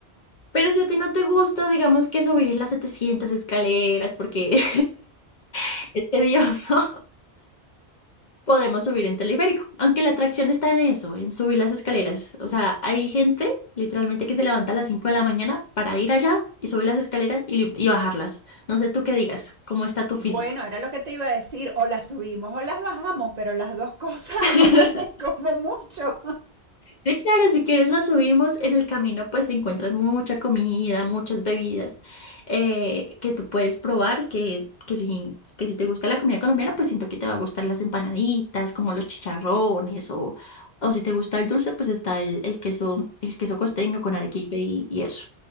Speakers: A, on the left; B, on the right.
A: Pero si a ti no te gusta, digamos que subir las 700 escaleras porque <laughs> es tedioso. podemos subir en teleférico. Aunque la atracción está en eso, en subir las escaleras. O sea, hay gente literalmente que se levanta a las 5 de la mañana para ir allá y subir las escaleras y, y bajarlas. No sé tú qué digas, cómo está tu
B: Bueno,
A: físico.
B: era lo que te iba a decir, o las subimos o las bajamos, pero las dos cosas
A: <laughs>
B: <laughs> como mucho.
A: Sí, claro, si quieres la subimos. En el camino pues encuentras mucha comida, muchas bebidas eh, que tú puedes probar, que, que si, que si te gusta la comida colombiana, pues siento que te va a gustar las empanaditas, como los chicharrones, o, o si te gusta el dulce, pues está el, el queso, el queso costeño con arequipe y, y eso.